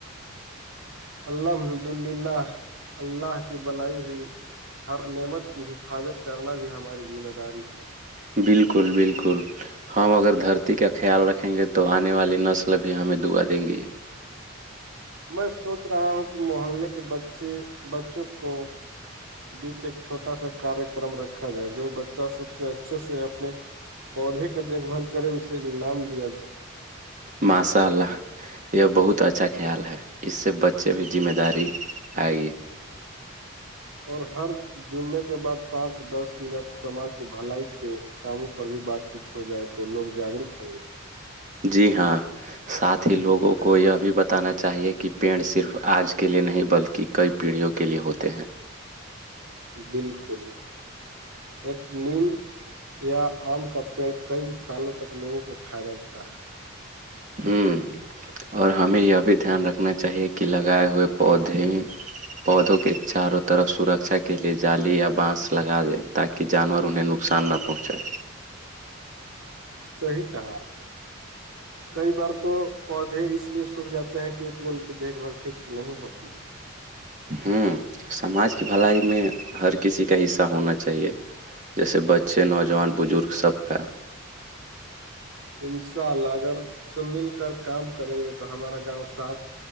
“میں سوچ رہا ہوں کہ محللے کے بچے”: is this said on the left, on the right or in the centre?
Right